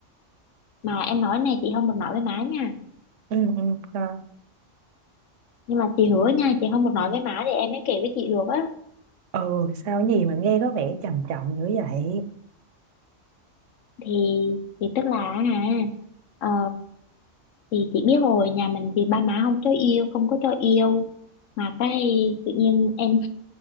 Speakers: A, on the left; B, on the right.
A: mà em nói này chị không được nói với má nha
B: ừ ừ sao
A: nhưng mà chị hứa nha chị không được nói với má thì em mới kể với chị được á
B: ừ sao cái gì mà nghe có vẻ trầm trọng dữ vậy
A: thì thì tức là à ờ, thì chị biết rồi nhà mình thì ba má không cho yêu không có cho yêu mà cái tự nhiên em